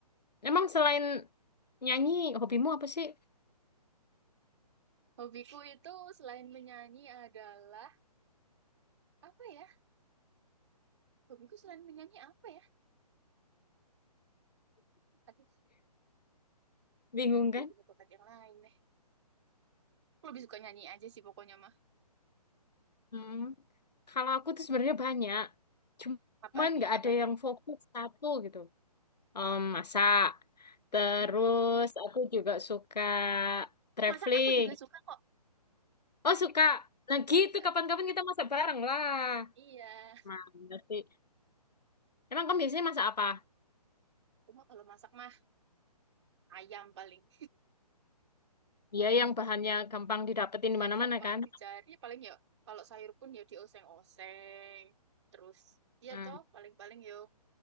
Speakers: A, on the left; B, on the right.
A: Emang selain nyanyi, hobimu apa sih?
B: Hobiku itu selain menyanyi adalah apa ya? Hobiku selain menyanyi apa ya? Aduh,
A: Bingung
B: tidak
A: kan?
B: punya bakat yang lain deh. Aku lebih suka nyanyi aja sih pokoknya mah.
A: Hmm. Kalau aku tuh sebenarnya banyak. Cuman
B: Apa nih?
A: nggak ada
B: Apa nih?
A: yang fokus satu gitu. Em, masak. Terus
B: Mm-mm.
A: aku juga suka traveling.
B: Masak aku juga suka kok.
A: Oh suka. Nah gitu
B: Suka.
A: kapan-kapan kita masak bareng lah.
B: Iya.
A: Mantap sih. Emang kamu biasanya masak apa?
B: Cuma kalau masak mah ayam paling
A: Iya yang bahannya gampang didapetin
B: <laughs>
A: di
B: yang
A: mana-mana
B: gampang
A: kan?
B: dicari paling ya kalau sayur pun ya dioseng-oseng. Terus ya
A: Mm.
B: toh paling-paling yo